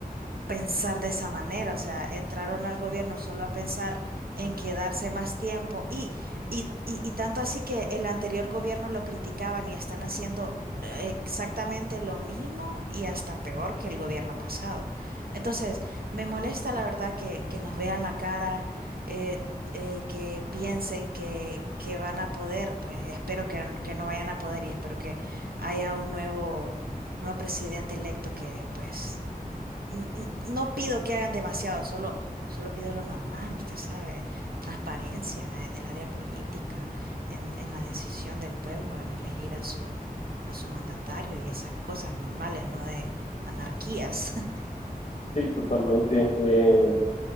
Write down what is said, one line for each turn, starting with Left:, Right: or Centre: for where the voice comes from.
Right: pensar de esa manera, o sea, entraron al gobierno solo a pensar en quedarse más tiempo y, y, y, y tanto así que el anterior gobierno lo criticaban y están haciendo eh, exactamente lo mismo y hasta peor que el gobierno pasado. Entonces, me molesta la verdad que, que nos vean la cara, eh, eh, que piensen que, que van a poder, pues espero que, que no vayan a poder y espero que haya un nuevo, nuevo presidente electo que pues n- n- No pido que hagan demasiado, solo, solo pido lo normal, usted sabe, transparencia en el área política, en, en la decisión del pueblo, en elegir a su, a su mandatario y esas cosas normales, no de anarquías. <laughs>
Left: Sí, totalmente. Eh,